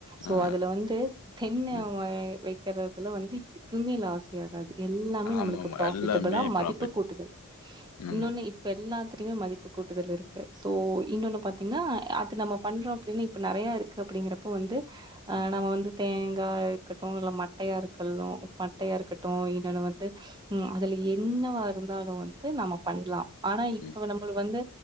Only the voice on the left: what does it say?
ஆ, ஆ,
ம்.
ஆமாமா.
எல்லாமே
ப்ராஃபிட்
தான். ஆமா.
ம்,
ம்.